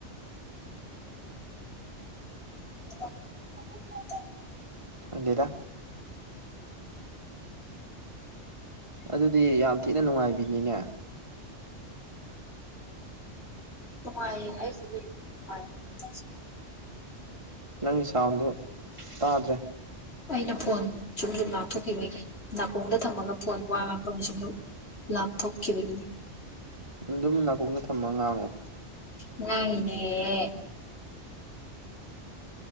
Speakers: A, on the left; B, on the right.
A: <unintelligible>
B: ꯈꯪꯗꯦꯗ ꯑꯗꯨꯗꯤ ꯌꯥꯝ ꯊꯤꯅ ꯅꯨꯡꯉꯥꯏꯕꯤꯅꯤꯅꯦ
A: ꯅꯨꯡꯉꯥꯏ ꯍꯥꯏꯁꯤꯗꯤ ꯅꯨꯡꯉꯥꯏ <unintelligible>
B: ꯅꯪꯒꯤ ꯁꯥꯎꯟꯗꯣ ꯇꯥꯗ꯭ꯔꯦ
A: ꯑꯩꯅ ꯐꯣꯟ ꯁꯨꯝ ꯁꯨꯝ ꯂꯥꯞꯊꯣꯛꯈꯤꯕꯩꯅꯦ ꯅꯥꯀꯣꯡꯗ ꯊꯝꯃꯒ ꯐꯣꯟ ꯋꯥ ꯉꯥꯡꯕ ꯃꯤ <unintelligible> ꯂꯥꯞꯊꯣꯛꯈꯤꯕꯒꯤꯅꯦ
B: ꯑꯗꯨꯝ ꯅꯥꯀꯣꯡꯗ ꯊꯝꯃ ꯉꯥꯡꯉꯣ
A: ꯉꯥꯡꯉꯤꯅꯦ